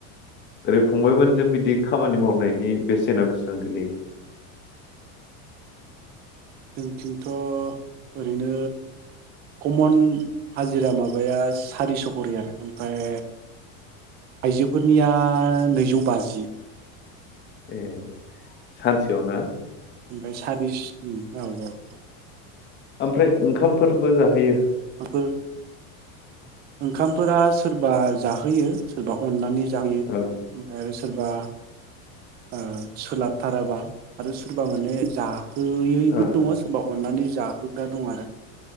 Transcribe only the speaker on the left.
ओरै फंबायमोनिजों बिदि खामानि मावनायनि बेसेना बेसेबां गोलैयो
ए सानसेयाव ना
आमफ्राय ओंखामफोरबो जाहोयो
ओं
ओं